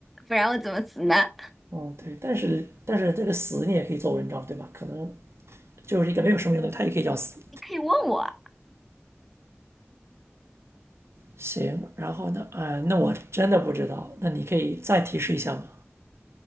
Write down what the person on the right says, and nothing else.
哦，对，但是但是这个死你也可以做文章，对吧？可能就是一个没有生命的东西，它也可以叫死。
行，然后呢？呃，那我真的不知道，那你可以再提示一下吗？